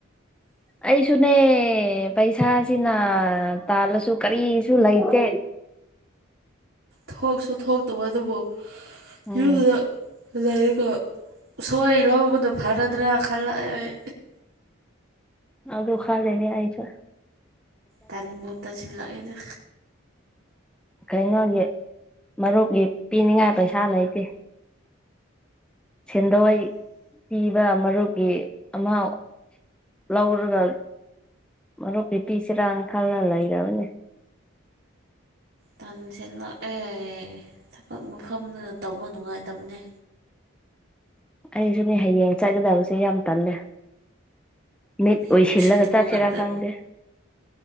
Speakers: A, in the centre; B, on the right.
A: ꯑꯩꯁꯨꯅꯦ ꯄꯩꯁꯥꯁꯤꯅ ꯇꯥꯜꯂꯁꯨ ꯀꯔꯤꯁꯨ ꯂꯩꯇꯦ
B: ꯊꯣꯛꯁꯨ ꯊꯣꯛꯇꯕ ꯑꯗꯨꯕꯨ
A: ꯎꯝ
B: ꯌꯨꯝꯗꯨꯗ ꯂꯩꯕ ꯁꯣꯏ ꯂꯧꯕꯗꯣ ꯐꯅꯗ꯭ꯔꯥ ꯈꯜꯂꯛꯑꯦ ꯑꯩ
A: ꯑꯗꯨ ꯈꯜꯂꯤꯅꯤ ꯑꯩꯖꯨ
B: ꯇꯟꯕꯨ ꯇꯟꯁꯤꯂꯛꯏꯗ
A: ꯀꯩꯅꯣꯒꯤ ꯃꯔꯨꯞꯀꯤ ꯄꯤꯅꯤꯡꯉꯥꯏ ꯄꯩꯁꯥ ꯂꯩꯇꯦ ꯁꯦꯟꯗꯣꯏ ꯄꯤꯕ ꯃꯔꯨꯞꯀꯤ ꯑꯃꯥꯎ ꯂꯧꯔꯒ ꯃꯔꯨꯝ ꯀꯤ ꯄꯤꯁꯤꯔ ꯈꯜꯂ ꯂꯩꯔꯝꯅꯦ
B: ꯇꯟꯁꯤꯠꯂꯛꯑꯦ ꯊꯕꯛ ꯃꯐꯝꯗꯨꯅ ꯇꯧꯕ ꯅꯨꯡꯉꯥꯏꯇꯕꯅꯦ
A: ꯑꯩꯁꯨꯅꯦ ꯍꯌꯦꯡ ꯆꯠꯀꯗꯕꯁꯦ ꯌꯥꯝ ꯇꯜꯂꯦ ꯃꯤꯠ
B: ꯃꯤꯕꯨ
A: ꯑꯎꯏꯁꯤꯜꯂꯒ
B: ꯎꯁꯤꯠꯇꯕ
A: ꯆꯠꯁꯤꯔ
B: ꯉꯥꯛꯇ
A: ꯈꯪꯗꯦ